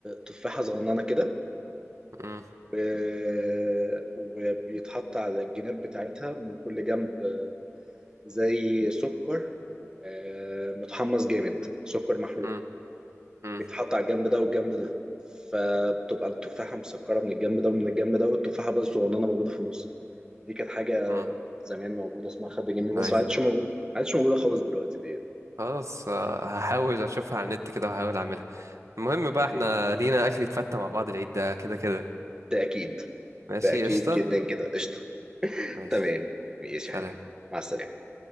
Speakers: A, on the right (about 15°); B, on the right (about 75°).
A: تفاحه صغننه كده
B: مم،
A: آه، وبيتحط على الجناب بتاعتها من كل جنب آه، زي سكر آه، متحمص جامد سكر محروق
B: مم، مم،
A: بيتحط على الجنب ده والجنب ده فبتبقى التفاحة مسكرة من الجنب ده ومن الجنب ده والتفاحة بس صغننة موجودة في النص دي كانت حاجة
B: مم.
A: زمان موجودة اسمها خد جنبي بس
B: عايز
A: ما عادش مو... ما عادش موجودة خالص دلوقتي ديت
B: خلاص آه، هحاول اشوفها على النت كده وهحاول اعملها المهم بقى
A: اوكي
B: احنا لينا اكل يتفتى مع بعض العيد ده كده كده
A: ده أكيد
B: ماشي
A: ده أكيد
B: قشطه
A: جدا كده قشطة
B: ماشي
A: تمام ماشي
B: سلام
A: يا حبيبي مع السلامة